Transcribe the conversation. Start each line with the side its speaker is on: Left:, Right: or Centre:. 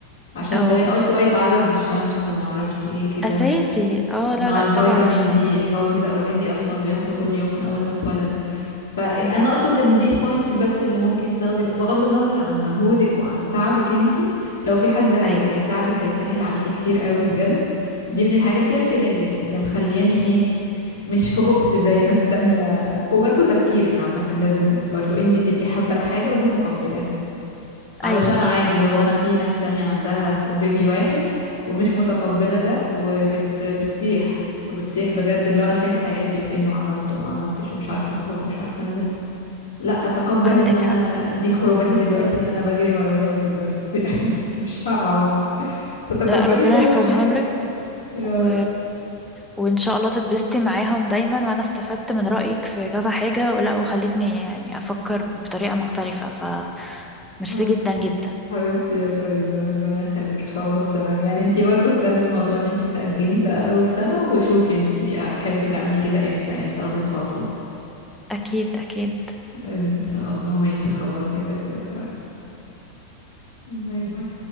Left: عشان
Centre: اه
Left: طب أنا قلت بقى يتعرض للشمس ما أعرفش إيه كده
Centre: اساسي اه لا
Left: مع
Centre: لا
Left: الفيتامين
Centre: طبعا الشمس
Left: دي اللي هو كده اوريدي أصلا بياخده كل يوم من أول ما اتولد فأنا
Centre: امم
Left: أقصد إن دي البوينت بس اللي ممكن تاخدي بقى بغض النظر عن مجهودك وعن تعبك انتي لو في حد هي...
Centre: ايوه
Left: هيساعدك هيسهل عليكي كتير قوي بجد دي من الحاجات
Centre: امم
Left: يمكن اللي, اللي مخلياني إيه، مش في بؤس زي ناس تانية وبرضه تفكيرك عامة لازم برضه انتي تبقي حابة الحاجة ومتقبلاها علشان
Centre: ايوه صح
Left: عادي
Centre: صح
Left: هو انا في ناس تانية عندها بيبي واحد ومش متقبلة ده وبت بتسيح بتسيح بجد اللي هو انا فين حياتي وفين وعملت وما عملتش ومش عارفة اخرج ومش عارفة انزل لا اتقبل
Centre: عندك
Left: ان انا
Centre: حق
Left: دي خروجاتي دلوقتي ان انا بجري ورا ولادي بس <laughs> يعني مش هقعد فتقبلي
Centre: لا ربنا
Left: كل
Centre: يحفظهم
Left: حاجة
Centre: لك
Left: يا
Centre: و... وان شاء الله تتبسطي معاهم دايما وانا استفدت من رأيك في كذا حاجة ولا وخلتني يعني افكر بطريقة مختلفة ف ميرسي
Left: رب
Centre: جدا جدا
Left: حبيبتي يا فريدة ربنا يخليكي خلاص تمام يعني انتي برضو اهتمي بموضوع ان انتي تأجلي ده اول سنة وشوفي انتي هتحبي تعملي كده امتى يعني تاخدي الخطوة
Centre: اكيد اكيد
Left: ان شاء الله ماشي خلاص يا فريدة تمام باي باي